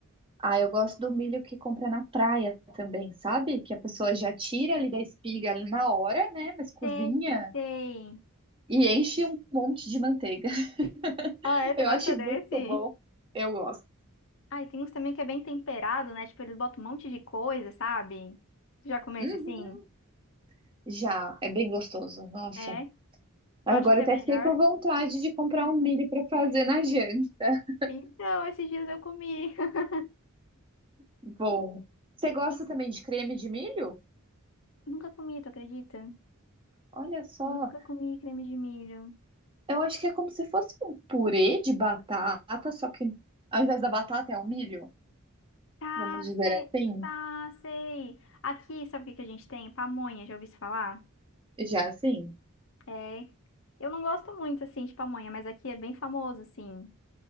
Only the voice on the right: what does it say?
Ah, eu gosto do milho que compra na praia também, sabe? Que a pessoa já tira ali da espiga ali na hora, né? Mas cozinha
e enche um monte de manteiga.
<laughs>
Eu
acho
muito bom. Eu gosto.
Uhum.
Já, é bem gostoso. Nossa.
Agora
até
fiquei com vontade de comprar um milho para fazer na janta.
Bom, você gosta
também de creme de milho?
Olha só,
eu acho que é como se fosse um purê de batata, só que ao invés da batata é o milho,
vamos dizer
assim,
já assim.